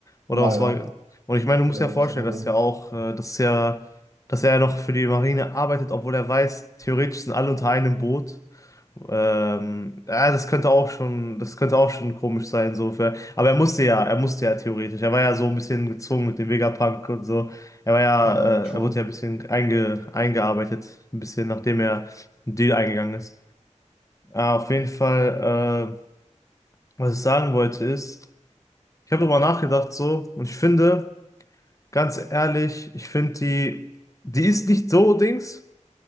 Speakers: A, on the left (about 25°); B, on the right (about 55°).
A: Oder
B: Ja,
A: was
B: ja,
A: war. Und ich meine, du musst
B: ja,
A: dir
B: da
A: ja vorstellen,
B: war Samurai.
A: dass ja auch, äh, dass ja, dass er ja noch für die Marine arbeitet, obwohl er weiß, theoretisch sind alle unter einem Boot. Ähm, ja, das könnte auch schon, das könnte auch schon komisch sein, so für, aber er musste ja, er musste ja theoretisch. Er war ja so ein bisschen gezwungen mit dem Vegapunk und so. Er war ja,
B: Ja, true.
A: äh, er wurde ja ein bisschen einge, eingearbeitet, ein bisschen nachdem er einen Deal eingegangen ist. Ah, auf jeden Fall, äh, was ich sagen wollte ist, ich habe darüber nachgedacht so und ich finde, Ganz ehrlich, ich finde die, die ist nicht so Dings,